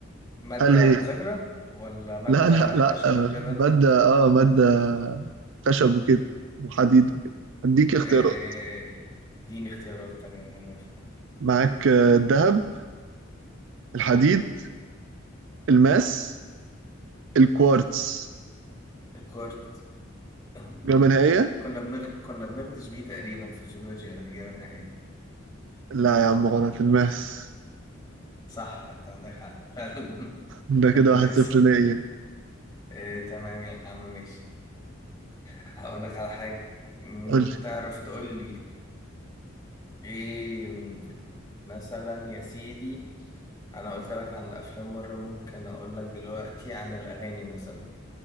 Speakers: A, on the left; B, on the right.
A: مادة
B: هل هي
A: مذاكرة
B: <laughs>
A: ولا مادة
B: لا لا لا
A: خشب
B: آه،
A: وكده
B: مادة اه مادة خشب وكده وحديد وكده هديك اختيارات
A: إيه، اديني اختيارات تمام أنا موافق
B: معاك آه، الذهب الحديد الماس الكوارتز
A: الكورت <laughs>
B: إجابة نهائية
A: كنا بنغ... كنا بنغدش بيه تقريبا في الجيولوجيا إجابة ايه
B: لا يا عم غلط الماس
A: صح أنت عندك حق فعلا <laughs>
B: ده كده
A: الماس
B: واحد صفر ليا
A: إيه تمام يا عم ماشي هقول لك على حاجة مم،
B: قول لي
A: تعرف تقول لي إيه مم، مثلا يا سيدي أنا قلت لك عن الأفلام مرة ممكن أقول لك دلوقتي عن الأغاني مثلا